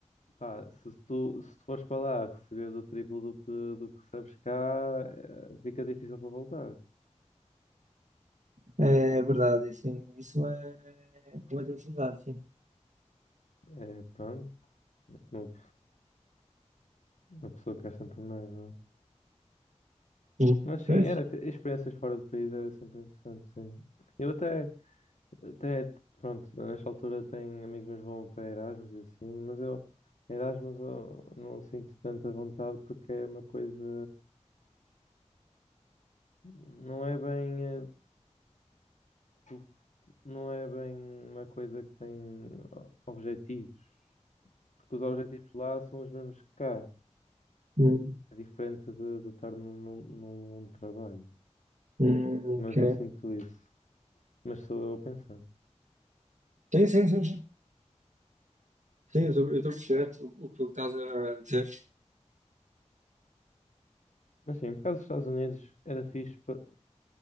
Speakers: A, on the left; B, on the right.
A: Pá, se tu, se tu fores para lá receberes o triplo do que, do que recebes cá, eh, fica difícil para voltar.
B: é é verdade, sim. Isso é uma verdade, sim.
A: É, pronto, uma, uma pessoa quer sempre mais, não é?
B: Sim.
A: Mas sim,
B: Pois?
A: era, fi- experiências fora do país era sempre interessante, sim. Eu até, até, pronto, nesta altura tenho amigos meus que vão para Erasmus e assim, mas eu, Erasmus eu não sinto tanta vontade porque é uma coisa, não é bem, eh, tu- não é bem uma coisa que tem objetivo. Porque os objetivos lá são os mesmos que cá.
B: Hum,
A: É diferente de, de estar num, num num mundo de trabalho.
B: hum,
A: Mas
B: ok.
A: eu sinto isso. Mas sou eu a pensar.
B: Sim, sim, sim, sim. Sim, eu estou eu estou a perceber o, o que tu estás a dizer.
A: Mas sim, por causa dos Estados Unidos era fixe pa-